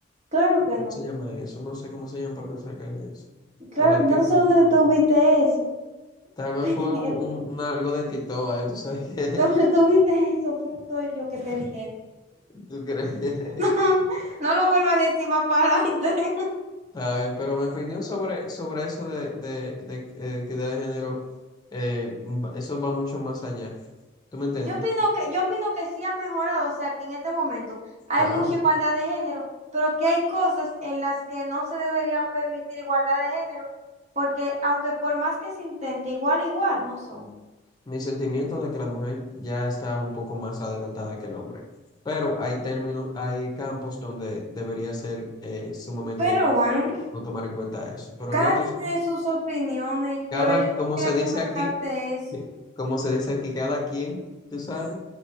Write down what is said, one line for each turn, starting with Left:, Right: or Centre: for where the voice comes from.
Right: claro
Left: ¿cómo
Right: que no.
Left: se llama eso? No sé cómo se llama, pero le sacan eso.
Right: Claro,
Left: O le piden
Right: no sé dónde
Left: que lo
Right: tú
Left: hagan.
Right: viste eso.
Left: Tal vez
Right: <laughs>
Left: fue un, un- un algo de Tito, ahí, tú sabes que,
Right: ¿Dónde tú viste eso? Punto yo que te dije.
Left: <laughs> tú crees.
Right: <laughs> No lo vuelvas a decir más para adelante.
Left: Está bien, pero mi opinión sobre, sobre eso de, de, de, eh, equidad de género, eh, va- eso va mucho más allá. ¿Tú me entiendes?
Right: Yo opino que, yo opino que sí ha mejorado, o sea, que en este momento hay
Left: Claro.
Right: mucha igualdad de género, pero que hay cosas en las que no se debería permitir igualdad de género, porque aunque por más que se intente, igual, igual, no son.
Left: Mi sentimiento de que la mujer ya está un poco más adelantada que el hombre. Pero hay términos, hay campos donde debería ser eh, sumamente
Right: Pero bueno,
Left: no tomar en cuenta eso. Pero
Right: cada
Left: ya tú
Right: quien
Left: sabes,
Right: tiene sus opiniones,
Left: cada,
Right: pero yo
Left: como
Right: quería
Left: se dice
Right: comentarte
Left: aquí,
Right: eso.
Left: como se dice aquí, cada quien, tú sabes.